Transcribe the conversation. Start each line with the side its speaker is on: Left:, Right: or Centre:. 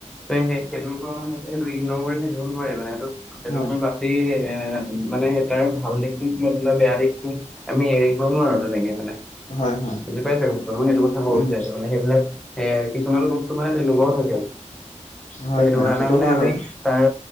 Centre: ত, সেইটো মানে সেইটো ইগনৰ কৰি থাকিব নোৱাৰি মানে, সেইটো- সেইটোৰ
Left: হয়
Centre: এ মানে তাৰ ভাল দিশটোক লৈ পেলাই আমি বেয়া দিশটো আমি এৰি দিব নোৱাৰি তেনেকৈ,
Left: হয় হয়
Centre: বুজি পাইছে কথাটো, মই সেইটো কথা ক'ব
Left: উম
Centre: বিচাৰিছোঁ মানে, সেইবিলাক এ কিছুমান বস্তু মানে তেনেকুৱাও থাকে।
Left: হয়
Centre: সেইটো
Left: হয়
Centre: কাৰণে মানে
Left: হয়
Centre: আমি
Left: বাৰু
Centre: তাৰ